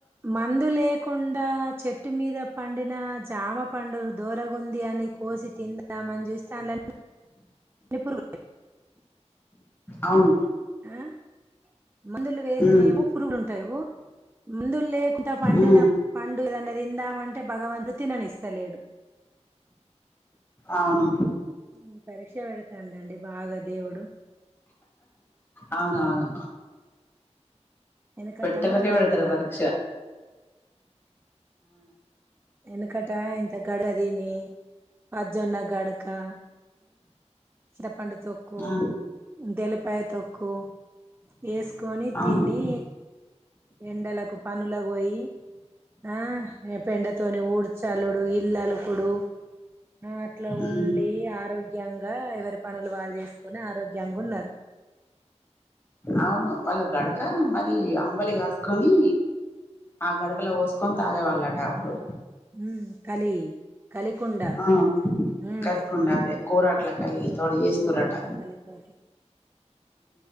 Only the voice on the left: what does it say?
అవును
ఉమ్
ఉమ్
అవును
అవును అవును
పెట్టలకే వెడుతడు
పరిచ్చ
ఆ
అవును
ఉమ్
అవును వాళ్ళు గడక మరి అంబలి కాసుకొని ఆ గడకలో పోసుకొని తాగేవాళ్ళట అప్పుడు
ఆ
కలికి ఉండదే కోరాడ్ల కలి తోడు చేస్తురట